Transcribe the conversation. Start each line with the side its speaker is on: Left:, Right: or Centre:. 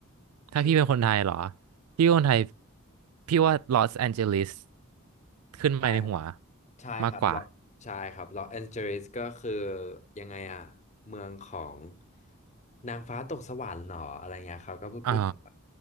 Right: ถ้าพี่เป็นคนไทยเหรอ
Left: พี่
Right: พี่เป็นคนไทย พี่ว่าลอสแอนเจลิสขึ้นมาในหัว
Left: ใช่ใช่ครับลอใช่ครับลอสแอนเจลิสก็คือ
Right: มากกว่า
Left: ยังไงอ่ะเมืองของนางฟ้าตกสวรรค์หรออะไรเงี้ยครับก็พูดพูดกันไป
Right: อ๋อ